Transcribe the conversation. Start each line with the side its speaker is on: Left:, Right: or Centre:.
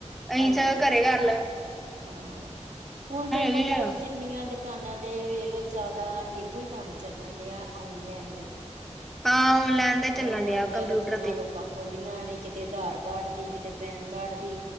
Centre: ਅਹੀ
Right: ਹਾਂਜੀ
Centre: ਚ ਘਰੇ ਕਰੱਲ
Right: ਹਾਂ ਹੁਣ ਤੇ ਮਤਲਬ
Centre: ਵੀ ਹੈ
Right: ਜੀ। ਜਿੰਨੀਆਂ ਦੁਕਾਨਾਂ ਤੇ ਵੇਖਲੋ ਜ਼ਿਆਦਾ ਇਹੋ ਹੀ ਕੰਮ ਚੱਲਣ ਡਿਆ ਆਉਣ ਲੈਣ ਦਾ ਹੀ।
Centre: ਹਾਂ ਆਨਲਾਈਨ ਦਾ
Right: ਆਨਲਾਈਨ
Centre: ਚੱਲਣ ਡਿਆ
Right: ਦਾ
Centre: ਕੰਪਿਊਟਰ
Right: ਤੇ ਦਿਖਾਉਣ ਦਾ ਲੋਕਾਂ। ਕੋਲੀਆਂ ਨੇ ਕਿਤੇ ਆਧਾਰ ਕਾਰਡ ਦੀ ਕਿਤੇ ਪੈਨ ਕਾਰਡ ਦੀ